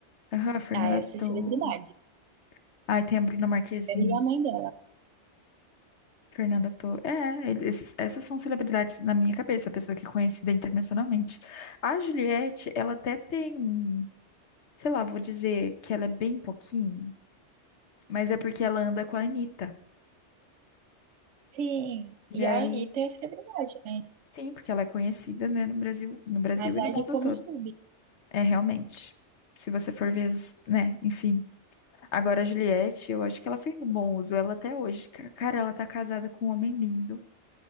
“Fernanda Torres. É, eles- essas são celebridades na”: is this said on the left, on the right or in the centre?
Left